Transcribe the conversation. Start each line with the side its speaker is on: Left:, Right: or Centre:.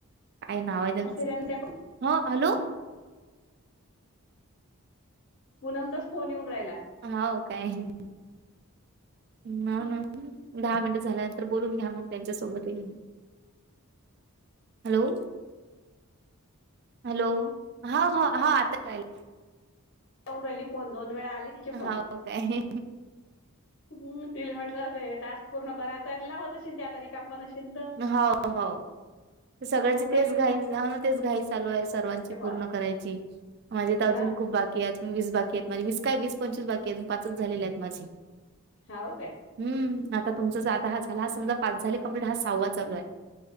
Right: काय नाव आहे त्यांच
Left: असते त्याने त्या
Right: हॅलो.
Left: पूनमचाच फोन येऊन राहिला.
Right: हो काय? ना ना दहा मिनट झाल्यानंतर बोलून घ्या, मग त्यांच्या सोबत ही. हॅलो. ‌‌ हॅलो, ह हा आता राहिल.
Left: ऊन राहिली फोन दोन वेळा आलेत. तिचे फोन,
Right: हाव काय
Left: हम्म तिले वाटलें टास्क. पूर्ण करायचाय लावत त त्या तारीख. काम पण शीद.
Right: हो हो. तर सगळ्यांची
Left: लावून राहिली
Right: तेच घाई
Left: ती
Right: ह. ना तेच घाई चालू आहे सर्वांची
Left: कॉल
Right: पूर्ण करायची. माझे तर अजून
Left: हा
Right: खूप बाकी आहेत. वीस बाकी आहेत. माझे वीस काय वीस पंचवीस बाकी अजून पाच झालेले आहेत माझे.
Left: हाऊ काय?
Right: हम्म आता तुमचा ज आता हा झाला हा समजा पाच झाली कंप्लीट हा सहावा चालू आहे